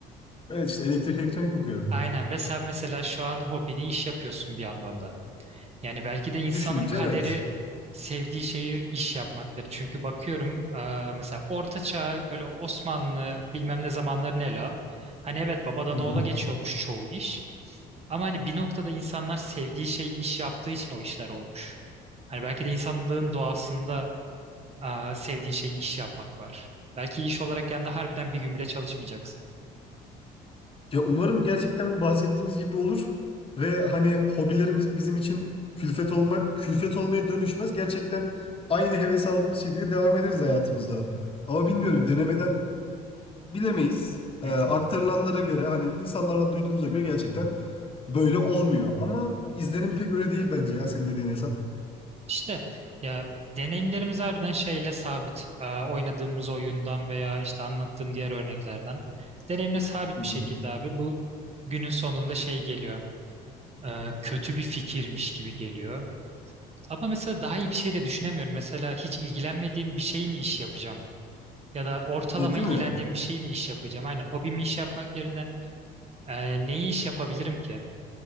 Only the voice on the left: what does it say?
Evet işte elektrik elektronik okuyorum.
Düşününce
evet.
Hı
hı.
Ya umarım gerçekten bu bahsettiğimiz gibi olur ve hani hobilerimiz bizim için külfet olmak külfet olmaya dönüşmez. Gerçekten aynı heves aldığımız şekilde devam ederiz hayatımızda. Ama bilmiyorum denemeden bilemeyiz. Ee,
aktarılanlara
göre hani insanlardan duyduğumuza göre gerçekten böyle olmuyor. Ama izlenim pek öyle değil bence
ya senin dediğin hesap.
Hı
hı.
Ya değil
mi?